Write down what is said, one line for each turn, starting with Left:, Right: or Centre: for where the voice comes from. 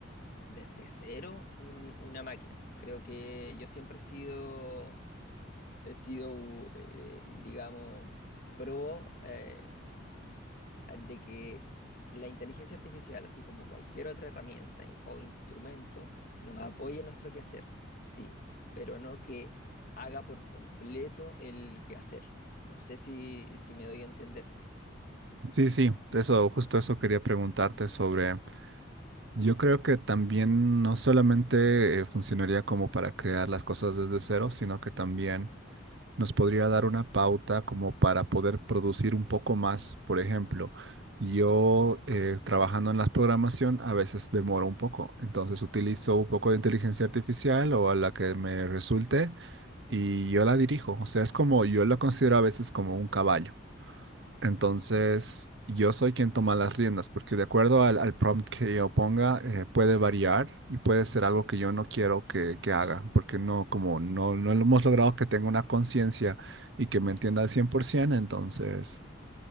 Left: desde cero un- una máquina. Creo que yo siempre he sido, he sido u- eh, digamos, pro eh, de que la inteligencia artificial, así como cualquier otra herramienta in- o instrumento, nos apoye en nuestro quehacer, sí, pero no que haga por completo el quehacer. No sé si, si me doy a entender.
Right: Sí, sí, eso, justo eso quería preguntarte sobre, yo creo que también no solamente eh, funcionaría como para crear las cosas desde cero, sino que también nos podría dar una pauta como para poder producir un poco más. Por ejemplo, yo eh, trabajando en la programación a veces demoro un poco, entonces utilizo un poco de inteligencia artificial o a la que me resulte y yo la dirijo. O sea, es como, yo la considero a veces como un caballo. Entonces, yo soy quien toma las riendas, porque de acuerdo al, al prompt que yo ponga, eh, puede variar y puede ser algo que yo no quiero que, que haga, porque no, como no, no lo hemos logrado que tenga una conciencia y que me entienda al 100%, entonces